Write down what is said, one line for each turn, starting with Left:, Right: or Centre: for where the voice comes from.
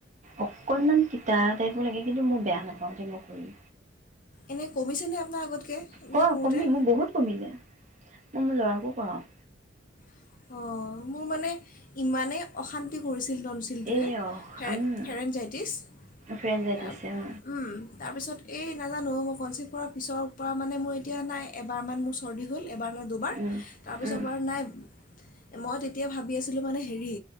Right: অকনমান তিতা টাইপো লাগে। কিন্তু মই বেয়া নাপাওঁ, যে মই কৰিম।
Left: এনেই কমিছেনে আপোনাৰ আগতকে এইবিলাক
Right: ক
Left: কৰোঁতে?
Right: কমি মোৰ বহুত কমিলে মই মোৰ ল'ৰাকো কৰাওঁ।
Left: অ, মোৰ মানে ইমানেই অশান্তি কৰি ছিল টনচিল্টোৱে।
Right: এই অ উম
Left: ফেৰেঞজাইটিছ।
Right: ফ্ৰেণ্ড যাই
Left: তাৰ
Right: দিছে অ
Left: উম তাৰপিছত এই নাজানো মই কনচি পৰা পিছৰ পৰা মানে মোৰ এতিয়া নাই এবাৰমান মোৰ চৰ্দি হ'ল। এবাৰ নহয়, দুবাৰ।
Right: উম
Left: তাৰপিছৰ
Right: উম
Left: পৰা নাই। মই তেতিয়া ভাবি আছিলোঁ মানে হেৰি